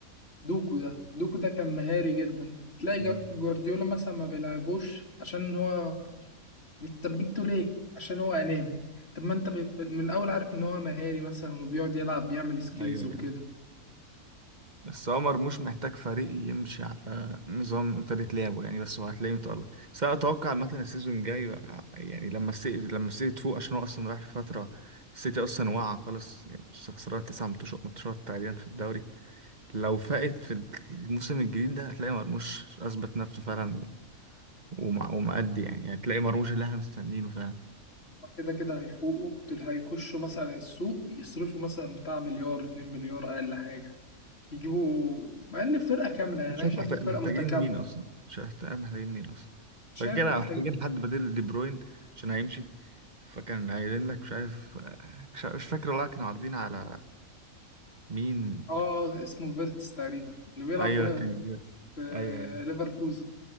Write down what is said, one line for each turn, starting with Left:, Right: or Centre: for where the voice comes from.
Left: دوكو ده دوكو ده كان مهاري جدا تلاقي
Right: مم.
Left: جر- جوارديولا مثلا ما بيلعبوش عشان هو طب جبته ليه؟ عشان هو أناني طب ما أنت ب- في- من الأول عارف إن هو مهاري مثلا وبيقعد يلعب بيعمل سكيلز
Right: ايوه
Left: وكده
Right: أيوة. بس هو مرموش محتاج فريق يمشي على نظام طريقة لعبه يعني بس هو هتلاقيه متألق بس أنا أتوقع مثلا السيزون الجاي بقى- يعني لما السيتي لما السيتي تفوق عشان هو أصلا رايح في فترة السيتي أصلا واقع خالص خسرانة تسع ماتشات ماتشات تقريبا في الدوري لو فاقت في الموسم الجديد ده هتلاقي مرموش أثبت نفسه فعلا ومع- ومأدي يعني هتلاقي مرموش اللي احنا مستنيينه فعلا
Left: كده كده هيفوقوا دول هيخشوا مثلا السوق يصرفوا مثلا بتاع مليار اتنين مليار أقل حاجة يجيبوا مع إن الفرقة كاملة يعني
Right: مش
Left: أنا
Right: عارف
Left: شايف
Right: محتاج
Left: الفرقة
Right: محتاجين
Left: متكاملة
Right: مين اصلا مش عارف محتاجين مين اصلا
Left: شايف
Right: فكده كده
Left: محتاج
Right: محتاجين حد بديل دي بروين عشان هيمشي فكان قايلين لك مش عارف مش عارف- مش فاكر والله كانوا عارضين على مين
Left: آه اسمه فيرتس تقريبا اللي بيلعب
Right: ايوه
Left: بنا-
Right: كان جات.
Left: في
Right: ايوه ايوه
Left: ليفركوزن